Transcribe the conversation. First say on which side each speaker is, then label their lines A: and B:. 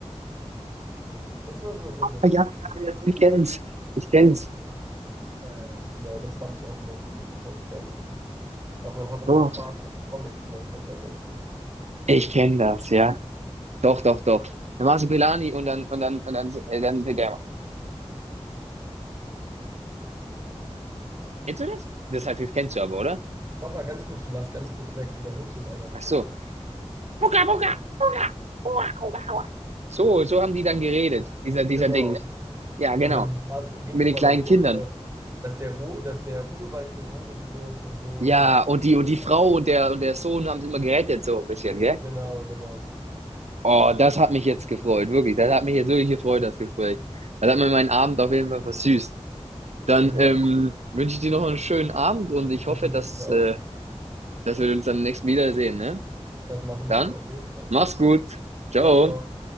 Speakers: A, on the right; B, on the right.
A: Kennst du das oder kennst du das
B: Ah, Ja,
A: nicht?
B: ja, ja, ich kenn's. Ich kenn's.
A: Ja, ja, genau, das fand ich auch immer cool. Das habe ich gern geguckt. Davon hatte mein
B: Doch.
A: Vater Comics noch. Das war sehr cool.
B: Ich kenn das, ja. Doch, doch, doch. Dann machst du Pelani und dann, und dann, und dann, äh, dann, der Kennst du das? Das heißt, das kennst du aber, oder?
A: Mach mal ganz kurz, du warst ganz kurz weg. Wiederholst du es einmal nochmal
B: Ach so.
A: kurz?
B: Buka, buka, buka, buka, buka. So, so haben die dann geredet, dieser, dieser
A: Genau.
B: Ding, ne? Ja, genau.
A: Und dann ging
B: Mit
A: es immer
B: den kleinen
A: darum,
B: Kindern.
A: ob der, dass der, Ro- dass der Urwald gerodet wird und so.
B: Ja,
A: Und
B: und die und
A: ja,
B: die Frau und der und der Sohn haben es immer gerettet, so ein bisschen, gell?
A: genau, genau, richtig.
B: Oh, das hat mich jetzt gefreut, wirklich. Das hat mich jetzt wirklich gefreut, das Gespräch. Das hat mir meinen Abend auf jeden Fall versüßt. Dann
A: Mir
B: ähm,
A: auch.
B: wünsche ich dir noch einen schönen Abend und ich
A: Das
B: hoffe,
A: wünsche
B: dass,
A: ich dir
B: äh,
A: auch.
B: dass wir uns dann nächstes Mal wiedersehen, ne?
A: Das machen
B: Dann,
A: wir auf jeden Fall.
B: mach's gut. Ciao.
A: Ciao, ciao.